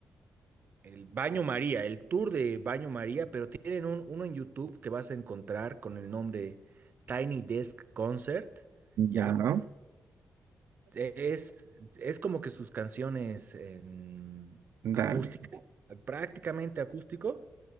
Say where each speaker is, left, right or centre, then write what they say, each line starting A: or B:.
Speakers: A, on the right; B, on the right.
A: el Baño María, el tour de Baño María, pero tienen un, uno en YouTube que vas a encontrar con el nombre Tiny Desk Concert,
B: Ya,
A: ¿ya?
B: ¿no?
A: Es, es como que sus canciones en acústica,
B: Dale.
A: prácticamente acústico